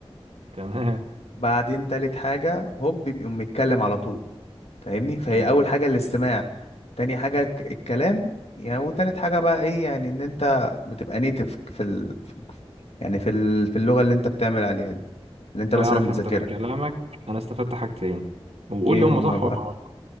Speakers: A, on the right (about 80°); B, on the left (about 80°).
A: تمام
B: بعدين تالت حاجة هوب بيقوم متكلم على طول فاهمني فهي
A: جامد
B: أول حاجة الاستماع تاني حاجة ك- الكلام يعني وتالت حاجة بقى ايه يعني ان انت بتبقى نيتف في ال... في- يعني في ال... في اللغة اللي انت بتعمل عليها دي اللي انت
A: تعرف
B: مثلا بتذاكرها
A: انت من كلامك انا استفدت حاجتين وقول
B: ايه
A: لي
B: هما
A: هما صح
B: بقى
A: ولا غلط